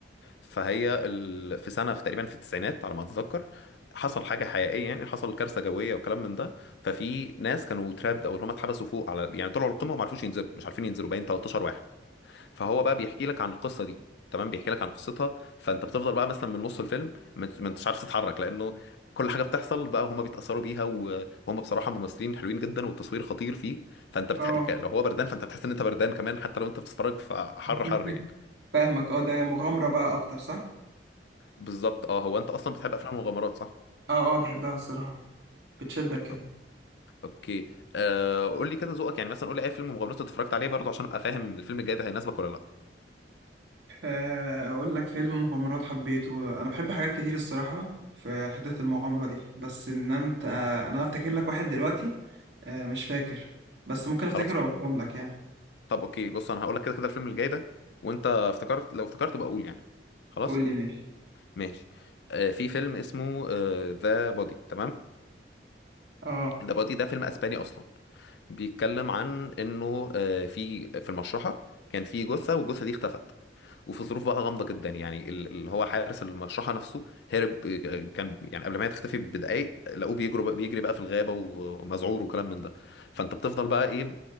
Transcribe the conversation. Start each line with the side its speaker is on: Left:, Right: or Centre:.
Left: فهي ال... في سنة في تقريبا في التسعينات على ما اتذكر حصل حاجة حقيقية يعني حصل كارثة جوية وكلام من ده ففي ناس كانوا ترابد او اللي هم اتحبسوا فوق على يعني طلعوا القمة وما عرفوش ينزلوا مش عارفين ينزلوا باين 13 واحد فهو بقى بيحكي لك عن القصه دي تمام بيحكي لك عن قصتها فانت بتفضل بقى مثلا من نص الفيلم ما انت- ما انتش عارف تتحرك لانه كل حاجه بتحصل بقى هما بيتاثروا بيها و- وهم بصراحه ممثلين حلوين جدا والتصوير خطير فيه فانت بتح...
Right: اه
Left: ك- لو هو بردان فانت بتحس ان انت بردان كمان حتى لو انت بتتفرج فحر
Right: <laughs>
Left: حر يعني
Right: فاهمك اه ده مغامرة بقى اكتر صح
Left: بالظبط اه هو انت اصلا بتحب افلام المغامرات صح
Right: اه اه بحبها الصراحة بتشدك كده
Left: أوك- اوكي آه قول لي كده ذوقك يعني مثلا قول لي اي فيلم مغامرات اتفرجت عليه برضه عشان ابقى فاهم الفيلم الجاي ده هيناسبك ولا لا
Right: آه، اقول لك فيلم مغامرات حبيته انا بحب حاجات كتير الصراحة في حتة المغامرة دي بس ان انت آه، انا افتكر لك واحد دلوقتي آه، مش فاكر بس ممكن افتكره
Left: خلاص
Right: وابعتهم لك يعني
Left: طب اوكي بص انا هقول لك كده كده الفيلم الجاي ده وانت افتكرت لو افتكرت بقى قول يعني خلاص
Right: قول لي ماشي
Left: ماشي آه في فيلم اسمه ذا بودي تمام
Right: اه
Left: ذا بودي ده فيلم اسباني اصلا بيتكلم عن انه آه في في المشرحه كان في جثه والجثه دي اختفت وفي ظروف بقى غامضه جدا يعني ال- اللي هو حارس المشرحه نفسه هرب آه، كان يعني قبل ما هي تختفي بدقائق لقوه بيجري بقى بيجري بقى في الغابه ومذعور وكلام من ده فانت بتفضل بقى ايه